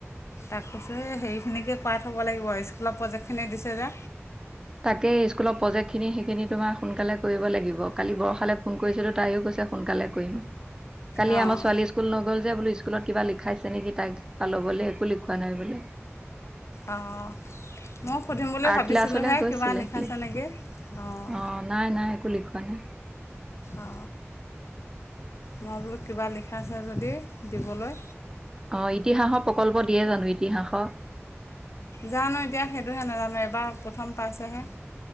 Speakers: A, on the left; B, on the right.
A: তাক কৈছো সেইখিনিকে কৰা থ'ব লাগিব স্কুলৰ প্ৰজেক্টখিনি দিছে যে।
B: তাকে স্কুলৰ প্ৰজেক্ট খিনি সেইখিনি তোমাৰ সোনকালে কৰিব লাগিব। কালি বৰশালে ফোন কৰিছিলো তাইও কৈছে, সোনকালে তালে কৰিম। কালি
A: অঁ
B: আমাৰ ছোৱালী স্কুল নগ'ল যে বোলো স্কুলত কিবা লিখাইছে নেকি তাইক তা ল'বলে। বুলি কোৱা নাই বোলে
A: অ ময় সুধিম বুলি
B: আৰ্ট
A: ভাবিছিলোঁহে
B: ক্লাছলৈ গৈছিলে
A: কিবা লিখাইছে
B: সি
A: নেকি? অঁ
B: অ নাই নাই একো লিখোৱা নাই।
A: অ মই বোলো কিবা লিখাছে যদি দিবলৈ
B: অ ইতিহাসৰ প্ৰকল্প দিয়ে জানো ইতিহাস
A: জানো এতিয়া সেইটোহে নাজানো এবাৰ প্ৰথম পাইছেহে।